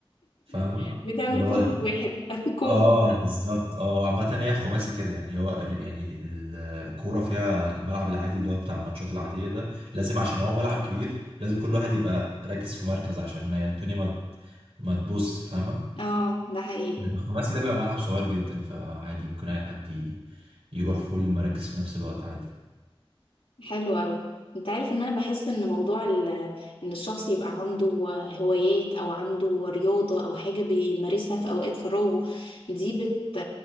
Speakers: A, on the right; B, on the left.
A: فاهم
B: <laughs> بتعمل
A: اللي هو
B: كله في واحد <laughs> كومبو
A: اه بالظبط اه عامه هي خماسي كده يعني هو الر- يعني الكوره فيها الملعب العادي اللي هو بتاع الماتشات العاديه ده لازم عشان هو ملعب كبير لازم كل واحد يبقى راكز في مركز عشان ما الدنيا ما ما تبص فاهمه
B: اه ده حقيقي
A: انما الخماسي ده بيبقى ملعب صغير جدا فعادي ممكن اي حد ي- يروح فول المراكز في نفس الوقت عادي
B: حلو قوي انت عارف ان انا بحس ان موضوع ال- ان الشخص يبقى عنده هوايات او عنده رياضة او حاجة بيمارسها في اوقات فراغه دي بت